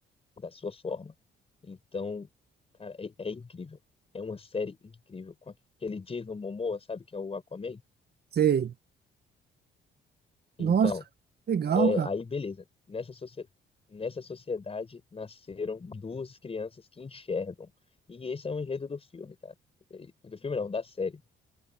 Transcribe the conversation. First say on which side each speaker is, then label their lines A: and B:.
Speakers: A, on the left; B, on the right.
A: da sua forma. Então, cara, é, é incrível. É uma série incrível. Com aquele Jason Momoa, sabe, que é o Aquaman?
B: Sei.
A: Então,
B: Nossa, legal,
A: é,
B: cara.
A: aí beleza. Nessa, socie- nessa sociedade nasceram duas crianças que enxergam. E esse é o enredo do filme, cara. E- Do filme não, da série.